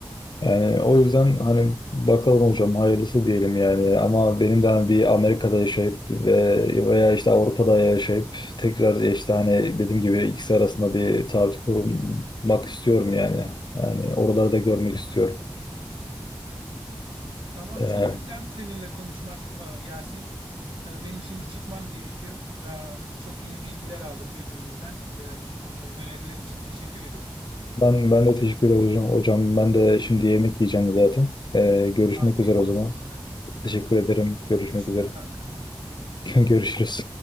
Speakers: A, on the left (about 55°); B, on the right (about 80°).
A: Yani o yüzden hani bakalım hocam hayırlısı diyelim yani ama benim de hani bir Amerika'da yaşayıp ve veya işte Avrupa'da yaşayıp tekrar işte hani dediğim gibi ikisi arasında bir tartı kurmak istiyorum yani. Yani oraları da görmek istiyorum.
B: Tamam
A: Ee,
B: çok güzeldi seninle konuşmak e, Yasin. E, Benim şimdi çıkmam gerekiyor. E, Çok iyi bilgiler aldık birbirimizden. E, e, Önerilerin için teşekkür ederim.
A: ben ben de teşekkür ederim hocam. Hocam ben de şimdi yemek yiyeceğim zaten. Ee, görüşmek
B: Afiyet
A: üzere o
B: olsun
A: zaman.
B: sana.
A: Teşekkür ederim. Görüşmek
B: Görüşürüz
A: üzere.
B: kanka.
A: <laughs> Görüşürüz.